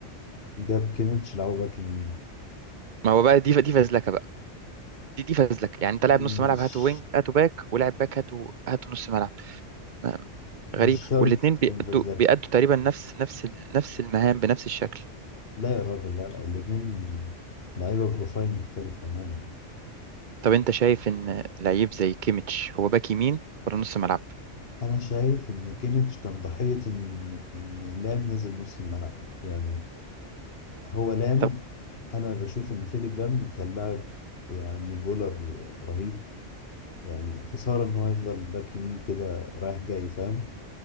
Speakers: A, on the left (about 55°); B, on the right (about 50°).
A: جاب كيميتش لعبه باك يمين
B: ما هو بقى دي دي فزلكه بقى دي دي فزلكه يعني انت
A: مش
B: لاعب نص ملعب هاتوا وينج هاتوا باك ولاعب باك هاتوا هاتوا نص ملعب ما-
A: مش
B: غريبه
A: شرط
B: والاثنين
A: تكون
B: بيأدوا
A: فازلكا
B: بيأدوا تقريبا نفس نفس ال- نفس المهام بنفس الشكل
A: لا يا راجل لا لا الاتنين لعيبه بروفايل مختلف تماما
B: طب انت شايف ان لعيب زي كيميتش هو باك يمين ولا نص ملعب
A: انا شايف ان كيميتش كان ضحيه ان ان لام نزل نص الملعب يعني هو لام
B: طب
A: انا بشوف ان فيليب لام كان لاعب يعني بولر رهيب يعني خساره ان هو يفضل باك يمين كده رايح جاي فاهم